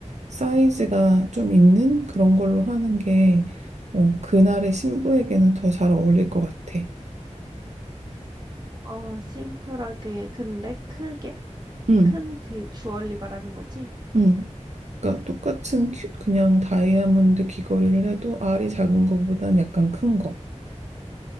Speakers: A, on the right; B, on the right.
A: 사이즈가 좀 있는 그런 걸로 하는 게 어, 그날의 신부에게는 더 잘 어울릴 것 같아.
B: 어, 심플하게, 근데 크게,
A: 응,
B: 큰 주- 주얼리 말하는 거지?
A: 응. 그러니까 똑같은 큐- 그냥 다이아몬드 귀걸이를 해도 알이 작은 것보단 약간 큰 거.